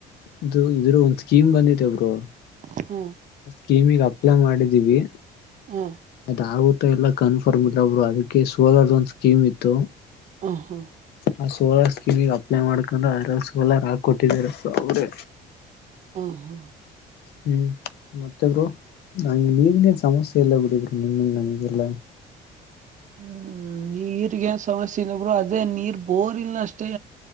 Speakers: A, on the left; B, on the right.
A: ಇದು ಇದ್ರ ಒಂದ್ ಸ್ಕೀಮ್ ಬಂದಿದೆ ಬ್ರೋ
B: ಹ್ಮ್
A: ಸ್ಕೀಮಿಗೆ ಅಪ್ಲೈ ಮಾಡಿದೀವಿ
B: ಹ
A: ಅದ ಆಗುತ್ತಾ ಎಲ್ಲ ಕನ್ಫರ್ಮ್ ಇಲ್ಲ ಒಬ್ರು ಅದಕ್ಕೆ ಸೋರ್ದ ಒಂದು ಸ್ಕೀಮ್ ಇತ್ತು
B: ಹ ಹಾ
A: ಆ ಸೋಲಾರ್ ಸ್ಕೀಮಿಗೆ ಅಪ್ಲೈ ಮಾಡ್ಕೊಂಡ್ರೆ ಅ್ರ ಸೋಲಾರ್ ಹಾಕ ಕೊಟ್ಟಿದಾರಪ್ಪ ಅವ್ರೆ
B: ಹಾ ಹಾ
A: ಹ್ಮ್ ಮತ್ತೆಬ್ರು ನಲ್ಲಿ ಏನ್ೇನ್ ಸಮಸ್ಯೆ ಇಲ್ಲ ಬಿಡಿಬರು ಹ್ಮ ನಮಗಿಲ್ಲ
B: ಹ್ಮ್ ನೀರ್ಗ ಏನ್ ಸಮಸ್ಯೆ ಇಲ್ಲಬ್್ರರು ಅದೇ ನೀರ್ ಬೋರ್ ಇಲ್ಲ ಅಷ್ಟೇ